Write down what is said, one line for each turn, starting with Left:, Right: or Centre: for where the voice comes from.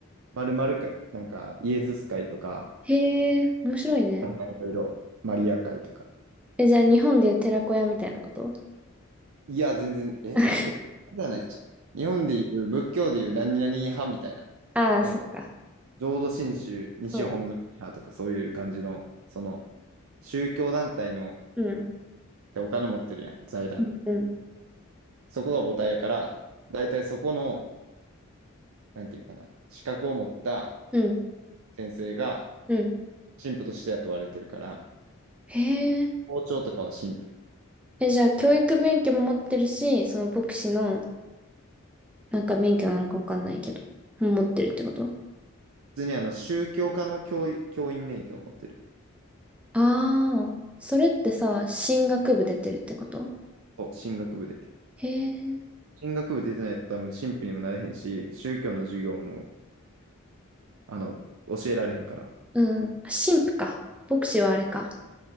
Right: まるまるか、なんか、イエズス会とか、
Centre: へえ。面白いね。
Right: あれはいろいろ、マリア会とか、
Centre: え、じゃあ日本でいう寺子屋みたいなこと
Right: いや、全然、え寺じゃないじゃん。
Centre: <laughs>
Right: 日本でいう、仏教でいう何々派みたいな。
Centre: ああ、
Right: なんか、
Centre: そっか。
Right: 浄土真宗、西本願寺派とかそういう感じの、
Centre: そうだね。
Right: その、宗教団体の、
Centre: うん。
Right: でお金持ってるやん、財団。
Centre: うん。うん。
Right: そこが母体やから、大体そこの、なんていうかな、資格を持った
Centre: うん。
Right: 先生が
Centre: うん
Right: 神父として雇われてるから、
Centre: へえ。
Right: 校長とかは神父。
Centre: え、じゃあ、教育免許も持ってるし、その牧師の、なんか免許なのかわかんないけど、も持ってるってこと
Right: 普通にあの、宗教科の教、教員免許を持ってる。
Centre: ああー、それってさ、神学部出てるってこと
Right: そう、進学部で。
Centre: へえ。
Right: 進学部出てないと多分神父にもなれへんし、宗教の授業も、あの、教えられへんから。
Centre: うん。あ神父か。牧師はあれか。